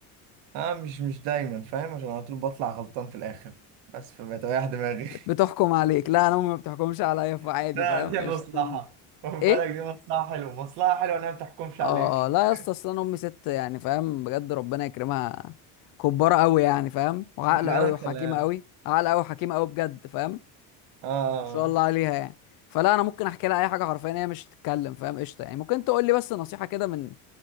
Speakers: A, on the right; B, on the left.
A: اه مش مش دايما فاهم عشان على طول بطلع غلطان في الآخر بس فبتريح دماغي
B: بتحكم عليك لا انا امي ما بتحكمش عليا فعادي
A: <laughs> لا
B: فاهم
A: دي
B: ايش
A: مصلحة خد بالك
B: ايه
A: دي مصلحة حلوة مصلحة حلوة انها ما بتحكمش
B: اه
A: عليك <laughs>
B: لا يا اسطى اصل انا امي ست يعني فاهم بجد ربنا يكرمها كبارة قوي يعني فاهم وعاقله
A: ربنا
B: قوي
A: يخليها
B: وحكيمه
A: لك
B: قوي عاقله قوي وحكيمه قوي بجد فاهم
A: اه آه.
B: ما شاء الله عليها يعني فلا انا ممكن احكي لها اي حاجه حرفيا هي مش تتكلم فاهم قشطه يعني ممكن تقول لي بس نصيحه كده من